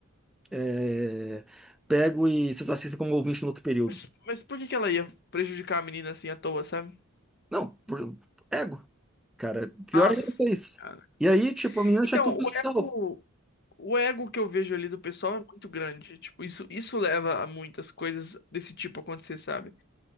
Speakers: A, in the centre; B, on the left.
A: é, pego e vocês assistem como ouvinte no outro período.
B: Mas, mas por que que ela ia prejudicar a menina assim à toa, sabe?
A: Não, por- ego. Cara, pior
B: Nossa,
A: ainda que isso.
B: cara.
A: E aí, tipo, a menina
B: Então,
A: tinha tudo
B: o
A: salvo.
B: ego, o ego que eu vejo ali do pessoal é muito grande. Tipo, isso, isso leva a muitas coisas desse tipo acontecer, sabe?